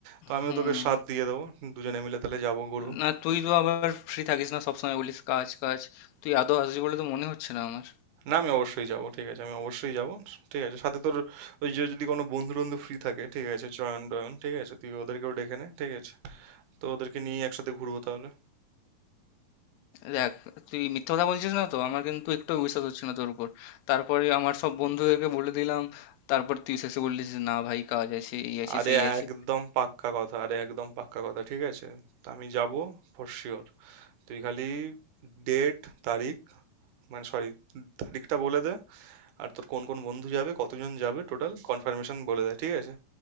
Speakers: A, on the right; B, on the left.
A: তো আমিও
B: হুম
A: তোকে সাথ দিয়ে দেবো দুজনে মিলে তাহলে যাবো ঘুরবো
B: না তুই তো আবার ফ্রি থাকিস না সবসময় বলিস কাজ কাজ তুই আদৌ আসবি বলে তো মনে হচ্ছে না আমার
A: না আমি অবশ্যই যাবো ঠিক আছে আমি অবশ্যই যাবো ঠিক আছে সাথে তোর ওই যে যদি কোনো বন্ধু বন্ধু ফ্রি থাকে ঠিক আছে জয়ন টয়ন ঠিক আছে তুই ওদেরকেও ডেকে নে ঠিক আছে তো ওদেরকে নিয়ে একসাথে ঘুরবো তাহলে
B: দেখ তুই মিথ্যা কথা বলছিস না তো আমার কিন্তু একটু বিশ্বাস হচ্ছে না তোর উপর তারপরে আমার সব বন্ধুদেরকে বলে দিলাম তারপর তুই শেষে বললি যে, না ভাই কাজ আছে এই আছে
A: আরে
B: সেই আছে
A: একদম পাক্কা কথা আরে একদম পাক্কা কথা ঠিক আছে তা আমি যাবো ফর শিওর তুই খালি ডেট তারিখ মানে সরি তারিখটা বলে দে আর তোর কোন কোন বন্ধু যাবে কতজন যাবে টোটাল কনফার্মেশন বলে দে ঠিক আছে